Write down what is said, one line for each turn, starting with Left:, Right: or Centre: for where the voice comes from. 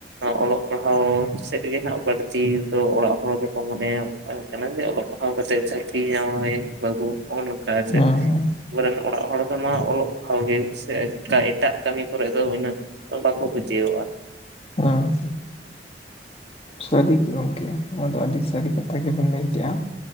Right: ᱚᱞᱚᱜ ᱯᱟᱲᱦᱟᱣ ᱥᱮᱫ ᱜᱮ ᱦᱟᱸᱜ ᱵᱟᱹᱲᱛᱤ ᱫᱚ ᱚᱲᱟᱜ ᱦᱚᱲ ᱜᱮᱠᱚ ᱢᱚᱱᱮᱭᱟ ᱟ ᱠᱟᱱᱟ ᱡᱮ ᱟᱵᱚᱣᱟᱜ ᱯᱟᱲᱦᱟᱣ ᱠᱟᱛᱮ ᱪᱟᱠᱨᱤ ᱧᱟᱢ ᱦᱩᱭ ᱵᱟᱹᱵᱩ ᱚᱱᱮ ᱚᱱᱚᱠ ᱡᱮ
Left: ᱦᱮᱸ ᱦᱮᱸ
Right: ᱵᱚᱨᱮᱱ ᱚᱲᱟᱜ ᱦᱚᱲ ᱫᱚ ᱱᱚᱣᱟ ᱚᱞᱚᱜ ᱯᱟᱲᱦᱟᱣ ᱜᱮ ᱥᱮ <unintelligible> ᱮᱴᱟᱜ ᱠᱟᱹᱢᱤ ᱠᱚᱨᱮ ᱫᱚ ᱩᱱᱟᱹᱜ ᱵᱟᱠᱚ ᱠᱩᱪᱟᱹᱣᱟᱜ-ᱟ᱾
Left: ᱦᱩᱸ᱾ ᱥᱟᱹᱨᱤ ᱜᱮ ᱜᱚᱝᱠᱮ ᱚᱱᱟ ᱫᱚ ᱟᱹᱰᱤ ᱥᱟᱨᱤ ᱠᱟᱛᱷᱟ ᱜᱮᱵᱤᱱ ᱞᱟᱹᱭ ᱠᱮᱜ-ᱟ᱾